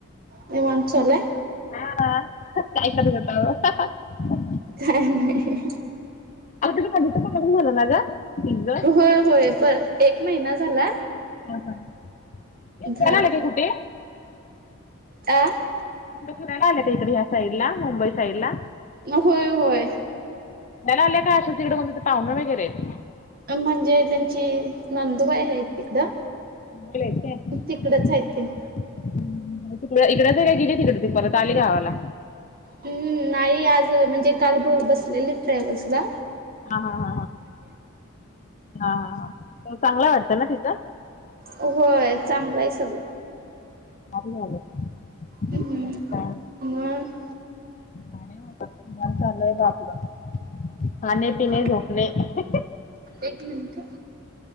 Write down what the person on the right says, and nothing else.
निवांत चालूयं?
काय नायी.
होयं होयं प एक महिना झाला.
झाले
आ
म होय होय.
अंम म्हणजे त्यांची नंदुबाई हायत तिकडं.
तिकडच आहेत तेनी
हुं नायी आज म्हणजे काल बसलेलीत ट्रॅव्हल्स ला
होय चांगलंयं सगळं.
हम्म
हम्म मग?
हा.
एक मिनिट